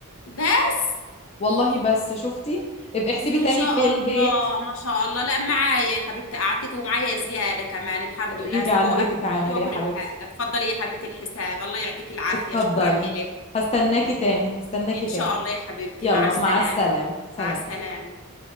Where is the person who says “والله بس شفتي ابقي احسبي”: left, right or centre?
Left